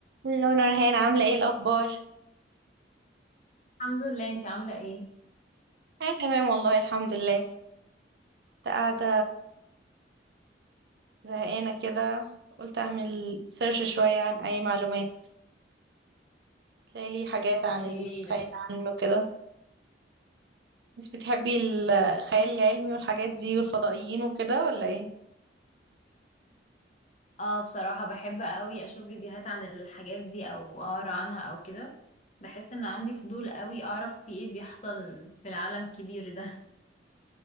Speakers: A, on the right; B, on the left.
A: الو نورهان عاملة ايه الأخبار؟
B: الحمد لله انتي عاملة ايه
A: أنا تمام والله الحمد لله كنت قاعدة زهقانة كده قلت أعمل سيرش شوية عن أي معلومات تلاقي لي حاجات
B: اوكي
A: عن الخيال العلمي وكده بس بتحبي الخيال العلمي والحاجات دي والفضائيين وكده ولا ايه؟
B: اه بصراحة بحب قوي اشوف فيديوهات عن الحاجات دي او اقرا عنها او كده بحس ان عندي فضول قوي اعرف في ايه بيحصل في العالم الكبير ده